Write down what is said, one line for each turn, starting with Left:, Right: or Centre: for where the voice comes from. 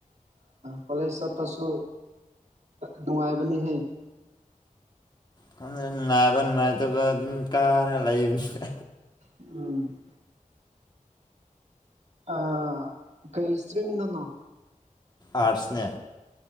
Right: ꯀꯣꯂꯦꯖ ꯆꯠꯄꯁꯨ ꯅꯨꯡꯉꯥꯏꯕꯅꯤꯍꯦ <inaudible>
Left: ꯈꯪꯗꯦ ꯅꯨꯡꯉꯥꯏꯕ ꯅꯨꯡꯉꯥꯏꯇꯕ ꯑꯗꯨꯝ ꯀꯥꯔꯒ ꯂꯩ ꯃꯤꯅꯦ
Right: ꯎꯝ ꯑ ꯀꯩꯁꯇ꯭ꯔꯤꯝ ꯗꯅꯣ
Left: ꯑꯥꯔꯠꯁꯅꯦ